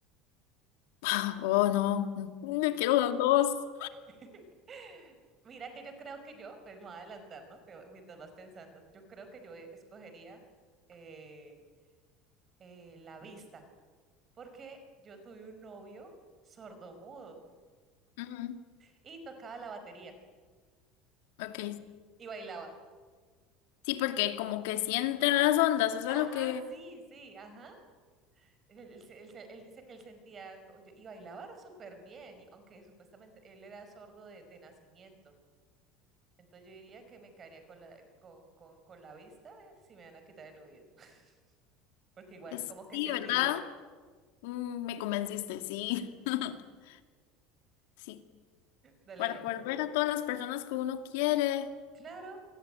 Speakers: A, on the left; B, on the right.
A: <laughs> <sighs> oh no, no quiero las dos.
B: <laughs> Mira que yo creo que yo, pues me voy a adelantar, ¿no? Te- mientras vas pensando, yo creo que yo eh, escogería eh, eh, la vista, porque yo tuve un novio sordomudo
A: Ujú,
B: y tocaba la batería
A: Ok.
B: y bailaba.
A: Sí, porque como que sienten las ondas, es
B: Ajá,
A: algo que
B: sí, sí, ajá. Él, él se- él se- él dice que él sentía oye, y bailaba súper bien, y aunque supuestamente él era sordo de de nacimiento Entonces yo diría que me quedaría con la, con, con, con la vista eh, si me van a quitar el oído, <laughs> porque igual
A: es,
B: como que
A: sí,
B: sentiría.
A: ¿verdad? Mm, me convenciste, sí. <laughs> Sí,
B: Dale
A: para
B: otro.
A: poder ver a todas las personas que uno quiere.
B: Claro,